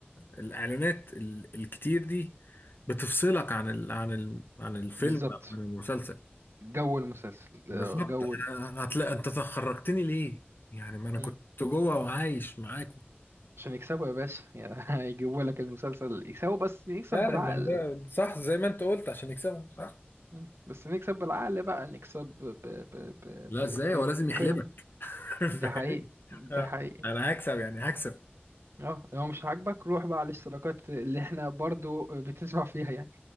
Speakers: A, on the left; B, on the right.
A: الاعلانات ال- الكتير دي بتفصلك عن ال عن ال عن الفيلم
B: بالظبط
A: او عن المسلسل
B: جو المسلسل
A: بالظبط
B: آه، جو
A: أنا-
B: ال-
A: هتلاقي انت تخرجتني ليه يعني ما انا
B: مم.
A: كنت جوه وعايش معاكم
B: عشان يكسبوا يا باشا يعني <laughs> هيجيبوا لك المسلسل يكسبوا بس نكسب
A: فعلا
B: بالعقل
A: ما ده صح زي ما انت قلت عشان يكسبوا صح
B: مم. بس نكسب بالعقل بقى نكسب ب... ب... ب... ب...
A: لا ازاي
B: ب...
A: هو لازم يحلبك
B: بالقيم
A: <laughs>
B: ده
A: فاهم
B: حقيقي ده
A: اه
B: حقيقي
A: انا هكسب يعني هكسب
B: اه لو مش عاجبك روح بقى على الاشتراكات اللي احنا برضو بتدفع فيها يعني